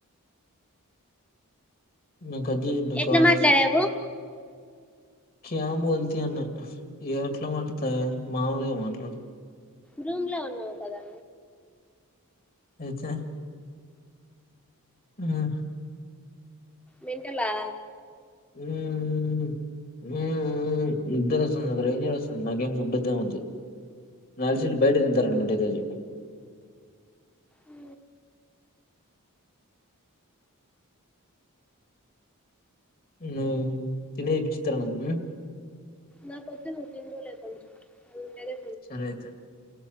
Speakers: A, on the left; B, in the centre.
A: మీర్ కట్ జేయండి
B: ఎట్లా
A: కాల్స్.
B: మాట్లాడావు
A: క్యా బోల్తి అన్నట్టు ఎట్లా మాట్లాడితే మామూలుగా మాట్లాడు
B: రూమ్ లో ఉన్నావ్ కదా
A: అయితే ఆ
B: మెంటలా
A: ఊఊ ఊ ఊ నిద్ర వస్తుంది నాకు <unintelligible> నాకేం ఫుడ్ తెవద్దు. నాక్ తెల్సి ఈళ్ళు బయట తింటారనుకుంట ఈ రోజు
B: ఊ
A: ను తినే ఇచిత్ర నువు
B: నా కొద్దు నువ్ తిందువులే కొంచం అండ్లుండేదే
A: సరే అయితే